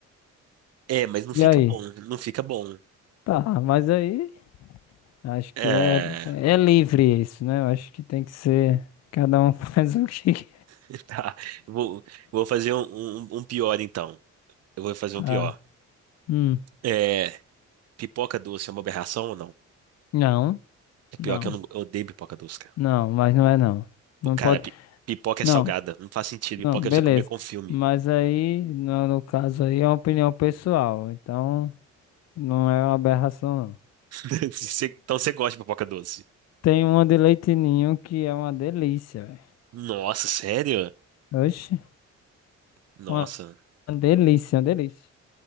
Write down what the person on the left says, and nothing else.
E
aí?
Tá, mas aí Acho
que é, é livre isso, né? Eu acho que tem que ser. Cada um <laughs> faz o que quer.
Tá.
Hum.
Não,
não,
não, mas não é não. Não
pode.
Não,
não,
beleza.
Mas aí, no, no caso aí, é uma opinião pessoal. Então, não é uma aberração, não.
Tem uma de leite ninho que é uma delícia, velho.
Oxe,
uma delícia, uma delícia.